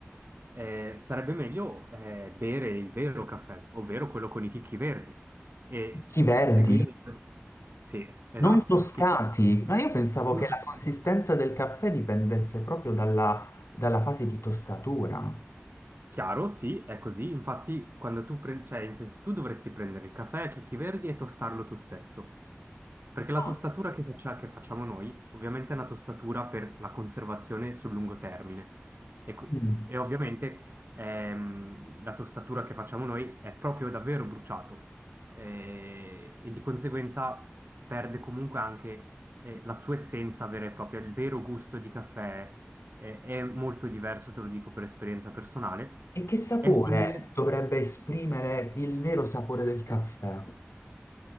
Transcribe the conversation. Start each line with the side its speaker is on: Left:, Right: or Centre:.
Right: eh, sarebbe meglio eh, bere il vero caffè, ovvero quello con i chicchi verdi, e
Left: Chi verdi?
Right: seguire... Sì, esatto.
Left: Non tostati,
Right: chicchi verdi.
Left: ma io pensavo
Right: Molto
Left: che la consistenza
Right: facile.
Left: del caffè dipendesse proprio dalla dalla fase di tostatura.
Right: Chiaro, sì, è così. Infatti, quando tu prendi, cioè, in senso, tu dovresti prendere il caffè a chicchi verdi e tostarlo tu stesso. Perché la
Left: Ah,
Right: tostatura che, faccia- che facciamo noi, ovviamente, è una tostatura per la conservazione sul lungo termine. E, qui-
Left: mm.
Right: e ovviamente, ehm, la tostatura che facciamo noi è proprio davvero bruciato. Eh, e di conseguenza perde comunque anche, eh, la sua essenza vera e propria, il vero gusto di caffè è, è molto diverso, te lo dico per esperienza personale.
Left: E che sapore
Right: È simile,
Left: dovrebbe esprimere il vero sapore del caffè?